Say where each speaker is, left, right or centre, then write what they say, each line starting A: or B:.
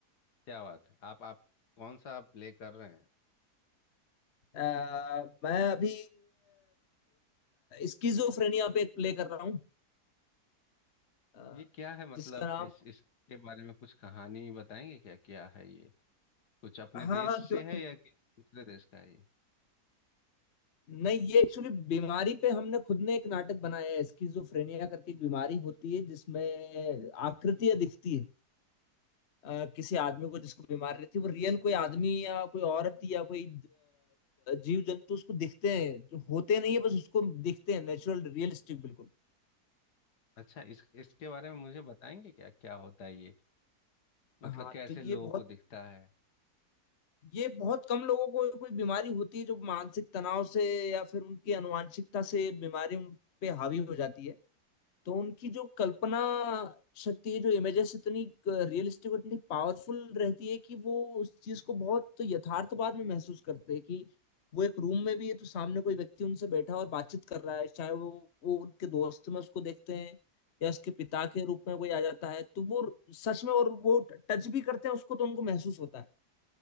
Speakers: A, on the left (about 75°); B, on the left (about 50°).
A: क्या बात है आप आप कौन सा प्ले कर रहे हैं
B: हैं अ, मैं अभी स्किजोफ्रेनिया पे एक प्ले कर रहा हूँ अ,
A: ये क्या है मतलब
B: जिसका नाम
A: इस इसके बारे में कुछ कहानी बताएंगे क्या क्या है ये कुछ अपने
B: हाँ
A: देश
B: हाँ क्यों
A: से
B: नहीं
A: है या किसी दूसरे देश का है ये
B: नहीं ये एक्चुअली बीमारी पे हमने खुद ने एक नाटक बनाया है स्किज़ोफ्रेनिया करके एक बीमारी होती है जिसमें आकृतियां दिखती है अ, किसी आदमी को जिसको बीमारी रहती है वो रियल कोई आदमी या कोई औरत या कोई जीव जंतु उसको दिखते हैं जो होते नहीं है बस उसको दिखते हैं नेचुरल रियलिस्टिक बिल्कुल
A: अच्छा इस इसके बारे में मुझे बताएंगे क्या क्या होता है ये मतलब
B: हाँ
A: कैसे
B: तो ये
A: लोगों
B: बहुत
A: को दिखता है
B: ये बहुत कम लोगों को कोई बीमारी होती है जो मानसिक तनाव से या फिर उनकी अनुवांशिकता से बीमारी उन पे हावी हो जाती है तो उनकी जो कल्पना शक्ति है जो इमेजेस इतनी रियलिस्टिक और इतनी पावरफुल रहती है कि वो उस चीज को बहुत यथार्थवाद में महसूस करते हैं कि वो एक रूम में भी है तो सामने कोई व्यक्ति उनसे बैठा और बातचीत कर रहा है चाहे वो वो उनके दोस्त में उसको देखते हैं या उसके पिता के रूप में कोई आ जाता है तो वो सच में और वो टच भी करते हैं उसको तो उनको महसूस होता है